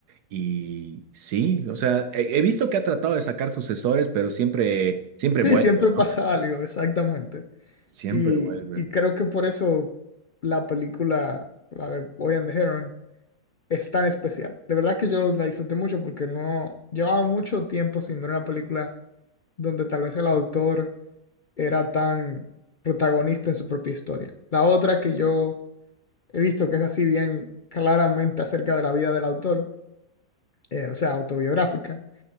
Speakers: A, on the right (about 75°); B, on the left (about 65°).
A: y sí, o sea, he, he visto que ha tratado de sacar sucesores, pero siempre, siempre
B: Sí,
A: vuelve,
B: siempre pasa
A: ¿no?
B: algo, exactamente.
A: Siempre
B: Y,
A: vuelve.
B: y creo que por eso la película, la de Boy and the Heron, es tan especial. De verdad que yo la disfruté mucho porque no llevaba mucho tiempo sin ver una película donde tal vez el autor era tan protagonista en su propia historia. La otra que yo he visto que es así bien claramente acerca de la vida del autor, eh, o sea, autobiográfica,